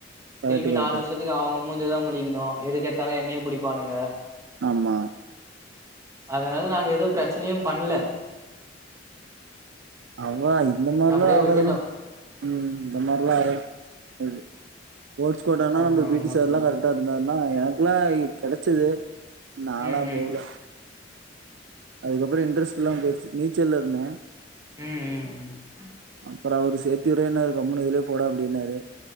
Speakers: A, on the right (about 70°); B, on the right (about 15°).
A: கரெக்ட்டு
B: திரும்பி
A: கரெக்ட்டு
B: நாலு வர்ஷத்து க்கு அவுங்க மூஞ்சதா முழிக்கணு எதுக் கெட்த்தாலு என்னையே புடிப்பானுங்க
A: ஆமா
B: அதனால நாங்க எது பிரச்சனையு பண்ல
A: அவளா இந்த மாத்ரிலா
B: அப்டியே
A: ஆகாது
B: விட்டுட்டோ
A: ம் இந்த மாத்ரிலா ஆகாது போட்ஸ் கோட்டானா
B: ஆமா
A: நம்ப பீட்டி
B: ஆமா
A: சார்ல்லா
B: ப்ரோ
A: கரெக்டா இருந்தாருன்னா எனக்குலா கெடச்சது நால்லா
B: ம் ம்
A: போகல அதுக்கப்றோ இன்ட்ரெஸ்ட்லாம் போயிடுச்சு நீச்சல்லருந்தே
B: ம் ம் ம்
A: அப்றோ அவரு சேத்தி உறேனாரு கம்முனு இதுலே போட அப்டின்னாரு